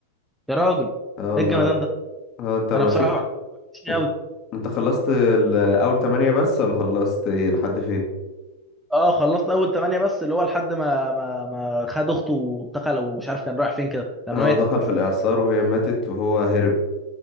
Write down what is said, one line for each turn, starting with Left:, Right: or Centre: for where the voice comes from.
Centre: يا راجل
Left: اه والله
Centre: ايه الجمدان ده
Left: اه انت ما
Centre: انا بصراحه
Left: شفت
Centre: وحشني
Left: انت
Centre: قوي
Left: أنت خلصت ال- اول تمانية بس ولا خلصت إيه لحد فين
Centre: اه خلصت اول ثمانية بس اللي هو لحد ما ما ما خد اخته واتقل ومش عارف كان رايح فين كده لما
Left: اه
Centre: ماتت
Left: ودخل في الاعصار وهي ماتت وهو هرب